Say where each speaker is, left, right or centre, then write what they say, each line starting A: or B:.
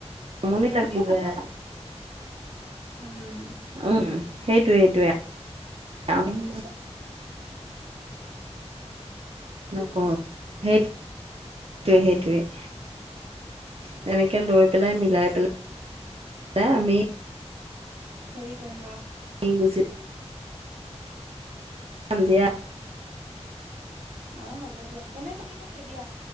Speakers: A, on the right; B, on the right.
A: আমনি লাগি যায়।
B: উম।
A: ওম সেইটোৱে সেইটোৱে। নকৰ, সেই সেইটোৱে সেইটোৱে। তেনেকে লৈ পেলাই মিলাই পেলাই আমি -
B: হেৰি কৰিম অ।
A: <unintelligible> <unintelligible>
B: অ হ'ব দিয়া, তেনে ঠিক আছে দিয়া,